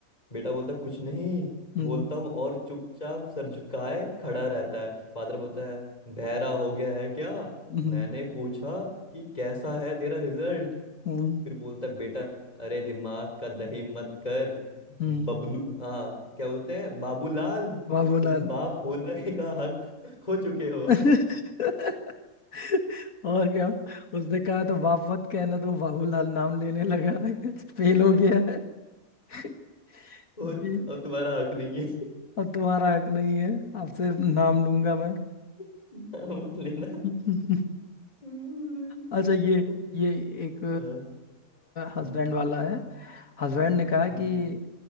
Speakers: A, on the left; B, on the left.
A: बेटा बोलता कुछ नहीं
B: हम्म,
A: बोलता हूँ और चुपचाप सर झुकाए खड़ा रहता है फादर बोलता है बहरा हो गया है क्या
B: हम्म,
A: मैंने पूछा कि कैसा है तेरा रिजल्ट
B: हम्म,
A: फिर बोलता है, बेटा अरे दिमाग का दही मत कर
B: हम्म,
A: बबलू हाँ क्या बोलते हैं बाबूलाल
B: बाबूलाल
A: तुम बाप होने <laughs> का हक खो चुके हो
B: <laughs> और क्या उसने कहा तो बाप मत कहना तो बाबूलाल नाम लेने लगा <laughs> फेल हो
A: <laughs>
B: गया <laughs>
A: और
B: जी
A: अब तुम्हारा हक नहीं है
B: अब तुम्हारा हक नहीं है आपसे नाम लूंगा मैं
A: <laughs> हाँ, मत लेना
B: <laughs>
A: <laughs> हम्म,
B: अच्छा ये
A: हम्म,
B: ये एक
A: हाँ,
B: हस्बैंड
A: हम्म,
B: वाला है हस्बैंड
A: हम्म,
B: ने कहा
A: हम्म,
B: कि